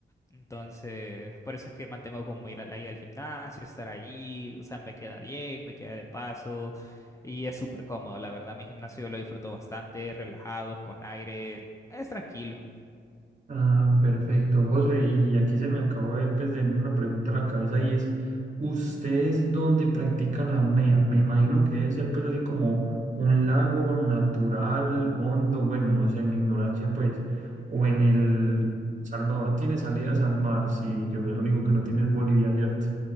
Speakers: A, on the left (about 15°); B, on the right (about 40°).
A: Entonces, por eso es que mantengo como ir a la ida al gimnasio, estar ahí, o sea, me queda bien, me queda de paso y es súper cómodo. La verdad, mi gimnasio lo disfruto bastante, es relajado, es con aire, es tranquilo.
B: Ah, perfecto, José. Y aquí se me acabó de, pues, de venir una pregunta a la cabeza y es, ¿ustedes dónde practican apnea? Me imagino que debe ser pues así como un lago natural, hondo, bueno, no sé, en mi ignorancia pues,
A: Ujú.
B: o en el Salvador tiene salidas al mar, si yo lo único que no tiene es Bolivia, ¿cierto?